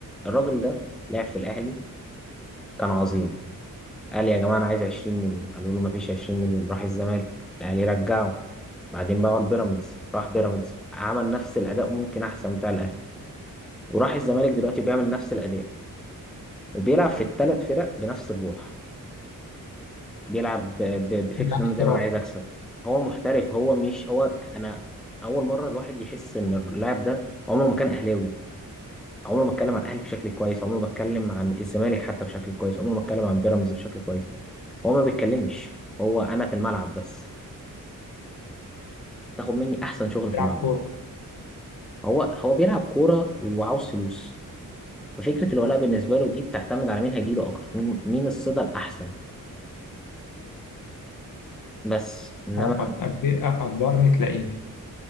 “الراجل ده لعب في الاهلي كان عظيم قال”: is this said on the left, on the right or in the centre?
Centre